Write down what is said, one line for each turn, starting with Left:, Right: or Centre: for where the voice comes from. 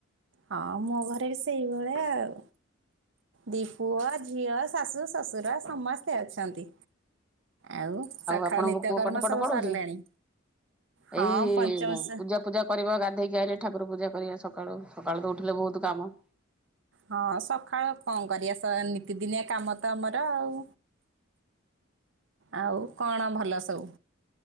Right: ହଁ ମୋ ଘରେ ବି ସେଇଭଳିଆ ଆଉ ଦି ପୁଅ ଝିଅ ଶାଶୁ ଶ୍ୱଶୁର ସମସ୍ତେ ଅଛନ୍ତି। ଆଉ ସଖଳ
Centre: ଆପଣଙ୍କ
Right: ନିତ୍ୟକର୍ମ
Centre: ପୁଅ ପାଠ ପାଠ
Right: ସବୁ
Centre: ପଢୁଛି?
Right: ସାରିଲାଣି ହଁ
Centre: ଏଇ
Right: ପଞ୍ଚମସ
Centre: ପୂଜା ପୂଜା କରିବା ଗାଧେଇକି ଆଇଲେ ଠାର ପୂଜା କରିବା ସକାଳୁ ସକାଳୁ ତ ଉଠିଲେ ବହୁତ କାମ।
Right: ହଁ ସକାଳ କଣ କରିବା ନିତିଦିନିଆ କାମ ତ ଆମର ଆଉ। ଆଉ କଣ ଭଲ ସବୁ?